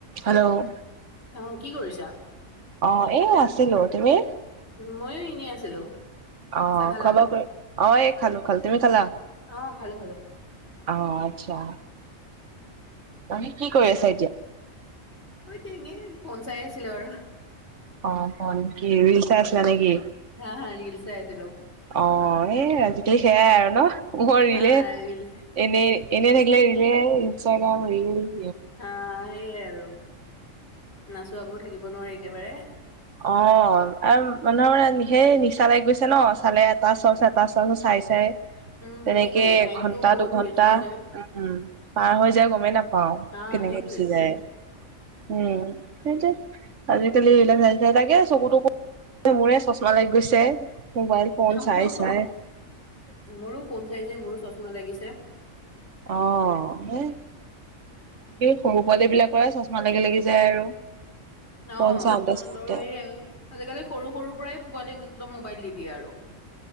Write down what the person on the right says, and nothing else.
Hello
অঁ' এ আছিলো, তুমি?
অঁ'
খাবা কে অঁ' এই খালো খালো, তুমি খালা?
অঁ' আৎচ্ছা। তুমি কি কৰি আছা এতিয়া?
অঁ' ফন কি ৰীল চাই আছিলা নেকি?
অঁ' এই আজিকালি সেয়াই আৰু ন, অঁ' ৰীলে।
এনেই, এনেই থাকিলে ৰীলে ইনষ্টাগ্ৰাম ৰীল-
অঁ' আৰু মানুহৰ মানে সেই নিচা লাগি গৈছে ন চালে এটা চল এটা চ চাই চাই।
তেনেকে
এঘন্টা
দুঘন্টা,
উম'। পাৰ হৈ যায় গমেই নাপাওঁ,
কেনেকে
গুচি যায়। উম' সেইটোৱে আজিকালি আহিল যে- তাকে চকু তকো মোৰে চচমা লাগি গৈছে। মোবাইল- ফোন
চাই
চাই
অঁ হেই। সেই সৰু পোৱালি বিলাকৰ চচমা লাগি লাগি যায় আৰু।
ফোন চাওঁতে
চাওঁতে